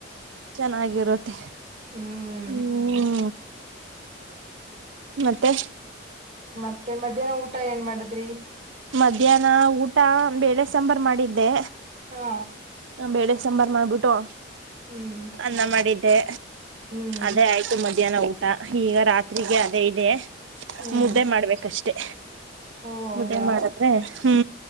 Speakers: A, on the right (about 75°); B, on the right (about 40°).
A: ಚೆನ್ನಾಗಿರುತ್ತೆ
B: ಹ್ಮ್
A: ಹ್ಮು. ಮತ್ತೆ
B: ಮತ್ತೆ ಮಧ್ಯಾಹ್ನ ಊಟ ಏನ್ ಮಾಡದ್ರಿ.
A: ಮಧ್ಯಾಹ್ನ ಊಟ ಬೇಳೆ ಸಾಂಬಾರ ಮಾಡಿದ್ದೆ.
B: ಹಾ
A: ಬೇಳೆ ಸಾಂಬಾರ್ ಮಾಡ್ಬಿಟ್ಟು
B: ಹ್ಮ್
A: ಅನ್ನ ಮಾಡಿದ್ದ ತ್ತೇ
B: ಹ್ಮ್
A: ಅದೇ ಆಯ್ತು ಮಜ್ ಮಧ್ಯಾಹ್ನ ಊಟ ಈಗ ರಾತ್ರಿಗೆ ಅದೇ ಇದೆ.
B: ಹ್ಮ್
A: ಮುದ್ದೆ ಮಾಡ್ಬೇಕಷ್ ತ್ತೇ
B: ಓ ಹೌದಾ
A: ಮುದ್ದೆ ಮಾಡದ್ರೆ ಹ್ಮು.